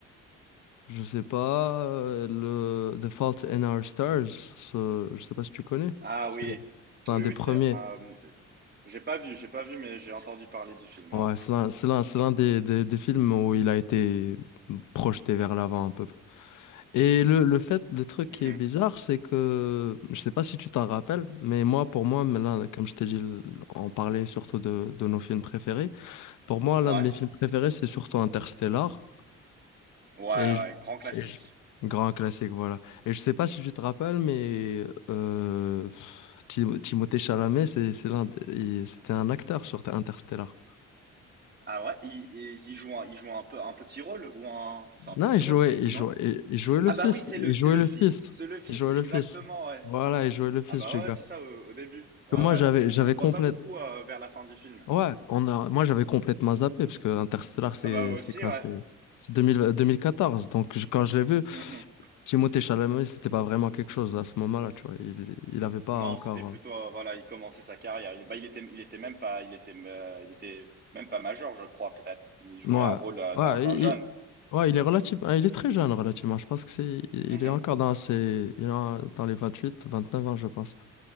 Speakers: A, on the left; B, on the right.
A: Je sais pas, euh, le The Fault in Our Stars, ce... je sais pas si tu connais.
B: Ah
A: C'est
B: oui,
A: c'est
B: oui,
A: un des
B: oui,
A: premiers.
B: c'est. euh, J'ai pas vu, j'ai pas vu, mais j'ai entendu parler du film, ouais.
A: Ouais, c'est l'un, c'est l'un, c'est l'un des, des, des films où il a été projeté vers l'avant un peu. Et le, le fait, le truc
B: Mhm.
A: qui est bizarre, c'est que, je sais pas si tu t'en rappelles, mais moi, pour moi, mais là, comme je t'ai dit, l- on parlait surtout de, de nos films préférés. Pour moi, l'un
B: Ouais,
A: de mes films préférés, c'est surtout Interstellar.
B: ouais,
A: Et je-
B: ouais, grand classique.
A: et je- grand classique, voilà. Et je sais pas si tu te rappelles, mais euh, Tim- Timothée Chalamet, c'est, c'est l'un, des- il- c'était un acteur sur Interstellar.
B: Ah ouais, il, il, il joue un, il joue un peu un petit rôle ou un, c'est un
A: Non,
B: petit
A: il jouait,
B: rôle qu'il joue,
A: il jouait,
B: non?
A: il il jouait le
B: Ah
A: fils,
B: bah oui, c'est
A: il
B: le,
A: jouait
B: c'est le
A: le
B: fils,
A: fils,
B: c'est le fils,
A: il jouait
B: exactement,
A: le fils.
B: ouais.
A: Voilà, il jouait le fils
B: Ah bah
A: du gars.
B: ouais, c'est ça au, au début. Ouais,
A: Que Moi,
B: ouais.
A: j'avais,
B: On,
A: j'avais
B: on le
A: complète,
B: voit pas beaucoup euh, vers la fin du film.
A: ouais, on a, moi, j'avais complètement zappé parce que Interstellar, c'est,
B: Ah bah moi
A: c'est
B: aussi,
A: quoi,
B: ouais.
A: c'est, c'est 2000 2014. Donc, je- quand je l'ai vu,
B: Mhm.
A: Timothée Chalamet, c'était pas vraiment quelque chose à ce moment-là, tu vois. Il, il avait pas
B: Non,
A: encore,
B: c'était plutôt, euh, voilà, il commençait sa carrière. Il, bah, il était, il était même pas, il était, euh, il était même pas majeur, je crois, peut-être. Il jouait
A: euh,
B: un rôle
A: ouais,
B: euh,
A: ouais,
B: d'un, d'un
A: il,
B: jeune.
A: il- ouais, il est relative, ah, il est très jeune relativement. Je pense que c'est, il
B: Mhm.
A: est encore dans ses, il est en- dans les 28, 29 ans, je pense.